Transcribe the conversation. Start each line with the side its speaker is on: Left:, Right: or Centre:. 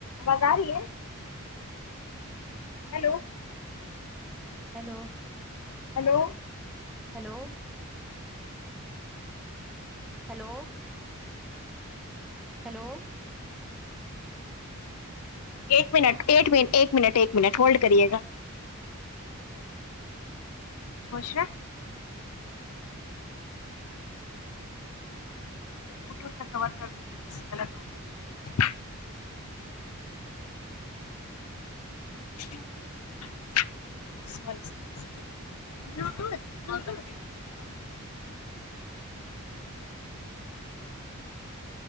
Left: بازار یہ hello
Centre: hello
Left: hello
Centre: hello hello hello
Left: ایک منٹ ایک م ایک منٹ ایک منٹ ہولڈ کریے گا بشرا یہ بلوٹوتھ کا کور کر دو جلدی سے گلطک <inaudible>